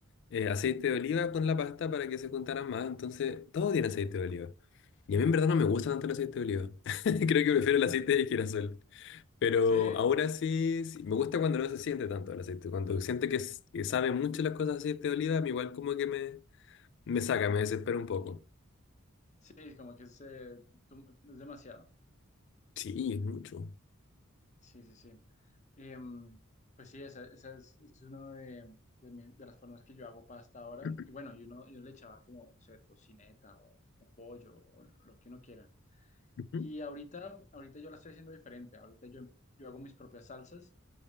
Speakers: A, on the left; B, on the left.
A: eh, aceite de oliva con la pasta para que se juntaran más. Entonces, todo tiene aceite de oliva. Y a mí en verdad no me gusta tanto el aceite de oliva. <laughs> Creo que prefiero
B: <laughs>
A: el aceite de girasol. Pero
B: Sí,
A: ahora sí, sí, me gusta cuando no se siente tanto el aceite. Cuando siente que, s- que sabe mucho las cosas de aceite de oliva, a mí igual como que me, me saca, me desespera un poco.
B: sí, como que es, eh, tú- es demasiado.
A: Sí, es mucho.
B: Sí, sí, sí. Em, pues sí, esa, esa es, es una de, de mi- de las formas que yo hago pasta ahora.
A: <clears throat>
B: Y bueno, yo, no, yo le echaba como, no sé, tocineta o, o pollo o lo que uno quiera.
A: Ujú.
B: Y ahorita, ahorita yo la estoy haciendo diferente. Ahorita yo, yo hago mis propias salsas.